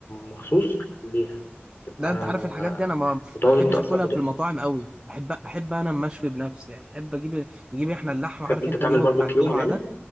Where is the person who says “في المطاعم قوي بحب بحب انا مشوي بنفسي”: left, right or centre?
Right